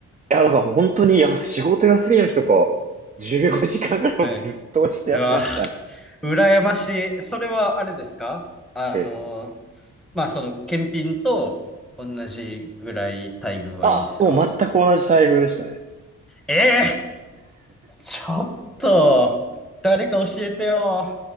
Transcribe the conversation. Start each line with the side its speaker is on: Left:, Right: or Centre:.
Right: いや、だからもう本当に、や、仕事休みの日とか、15時間ぐらいもぶっ通してやってましたね。
Centre: はい。うわ、羨ましい。それはあれですかあの、
Right: ええ。
Centre: まあ、その、検品と同じぐらい待遇はいいんですか
Right: あ、もう全く同じ待遇でしたね。
Centre: ええちょっと、誰か教えてよ。